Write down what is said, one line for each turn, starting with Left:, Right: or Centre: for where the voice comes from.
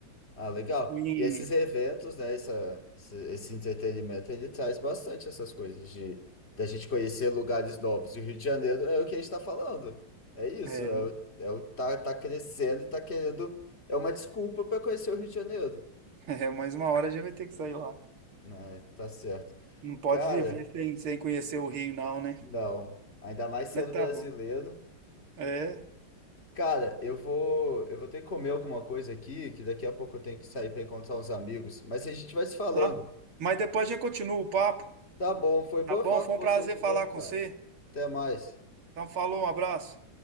Left: Ah, legal.
Right: fui em...
Left: E esses eventos, né, essa, esse, esse entretenimento, ele traz bastante essas coisas de da gente conhecer lugares novos. E o Rio de Janeiro é o que a gente tá falando. É isso,
Right: É,
Left: é o, é o tá, tá crescendo e tá querendo. É uma desculpa para conhecer o Rio de Janeiro.
Right: <laughs> é, mais uma hora a gente vai ter que sair lá.
Left: né? Tá certo.
Right: Não pode
Left: Cara,
Right: viver sem, sem conhecer o Rio, não, né?
Left: não. Ainda mais sendo
Right: Mas tá
Left: brasileiro.
Right: bom. É.
Left: Cara, eu vou, eu vou ter que comer alguma coisa aqui, que daqui a pouco eu tenho que sair para encontrar uns amigos. Mas a gente vai se falando.
Right: tá? Mas depois a gente continua o papo,
Left: Tá bom, foi bom
Right: tá bom?
Left: eu falar
Right: Foi
Left: com
Right: um
Left: você
Right: prazer
Left: de
Right: falar
Left: novo,
Right: com
Left: cara.
Right: você.
Left: Até mais.
Right: Então, falou, um abraço.